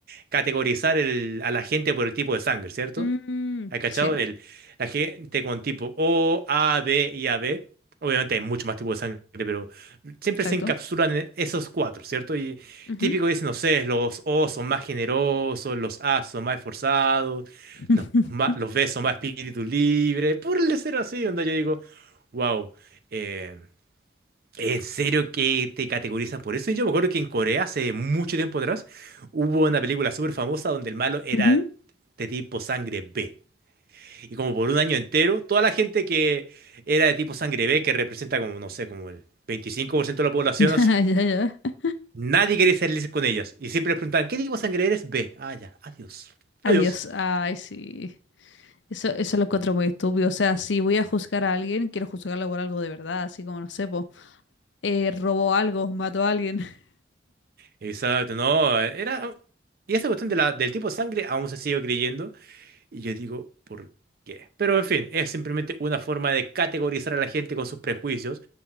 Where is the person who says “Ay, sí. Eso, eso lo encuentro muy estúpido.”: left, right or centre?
Left